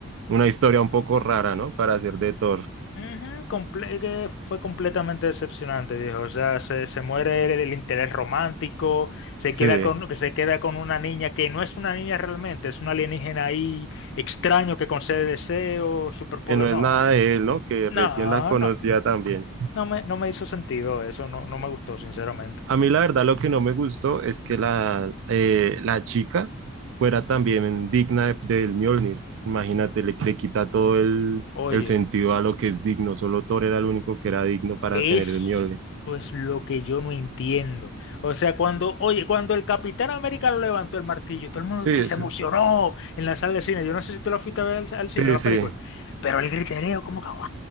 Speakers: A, on the right (about 60°); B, on the left (about 60°).
A: una historia un poco rara, ¿no? Para hacer de Thor.
B: Ujú, comple- que fue completamente decepcionante, viejo. O sea, se, se muere el, el interés romántico, se
A: Sí,
B: queda con, que se queda con una niña que no es una niña realmente, es un alienígena ahí extraño que concede deseos, superpoder.
A: que no es
B: No,
A: nada de él, ¿no? Que
B: no,
A: recién la conocía
B: no,
A: también.
B: no me, no me hizo sentido eso, no, no me gustó, sinceramente.
A: A mí la verdad lo que no me gustó es que la, eh, la chica fuera también digna de- del Mjolnir. Imagínate, le, le quita todo el,
B: Oye,
A: el sentido a lo que es digno. Solo Thor era el único que era digno para
B: Eso
A: tener el Mjolnir.
B: es pues, lo que yo no entiendo. O sea, cuando, oye, cuando el Capitán América lo levantó el martillo, todo el mundo
A: Sí,
B: te- se
A: sí,
B: emocionó en la sala de cine. Yo no sé si tú lo fuiste a ver al, al cine,
A: sí,
B: la
A: sí,
B: película. Pero el griterío, como que, ¡guau!